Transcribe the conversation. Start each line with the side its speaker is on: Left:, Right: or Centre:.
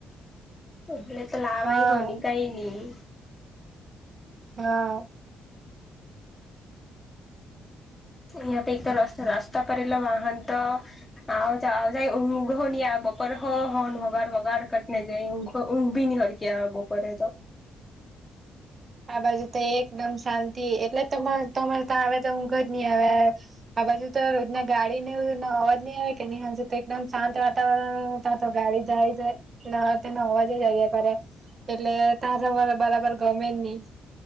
Left: એગલે તો લાવાઈ
Right: હા
Left: હોની કઈ નહી,
Right: હા
Left: યા પ એક તો રસ્ રાસ્તા પલા વાહન તો આવ જાય ઊંઘ ની આ બપોરે હોન વગાર વગાર કટને જાય ઊંઘ ઊંઘ ભી નની હરકી બપોરે તો. <unintelligible>
Right: આ બાજુ તો એકદમ શાંતિ એટલે તમારે ત્યાં આવે તો ઊઘ જ નહી, આવે આ બાજુ તો ગાડી ને અવાજ નહી આવે કે નહી, હ તો એકદમ શાંત વાતાવરણ તં તો ગાડી જાય જ તે નવ વાજે જઈએ ઘરે. એટલે તારાર બરાબર ગમે નહી.